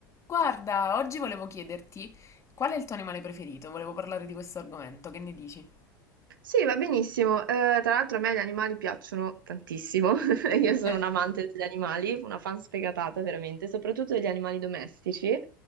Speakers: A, on the left; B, on the right.
A: Guarda, oggi volevo chiederti qual è il tuo animale preferito? Volevo parlare di questo argomento, che ne dici?
B: Sì, va benissimo. Eh, tra l'altro a me gli animali piacciono tantissimo. <laughs> Io sono
A: <laughs>
B: un amante degli animali, una fan sfegatata veramente, soprattutto degli animali domestici.